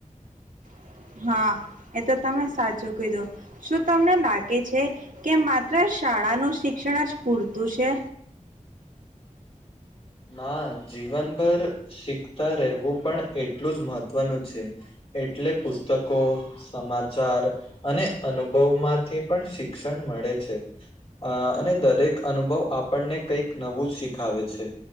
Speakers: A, on the right (about 75°); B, on the left (about 45°).
A: <unintelligible> હા એ તો તમે સાચું કીધો શું તમને લાગે છે કે માત્ર શાળાનુંું શિક્ષણ જ પૂરતું છે
B: ના જીવનભર શીખતા રહેવું પણ એટલું જ મહત્વનું છે એટલે પુસ્તકો સમાચાર અને અનુભવમાંથી પણ શિક્ષણ મળે છે અને દરેક અનુભવ આપણને કઈક નવું જ શીખાવે છે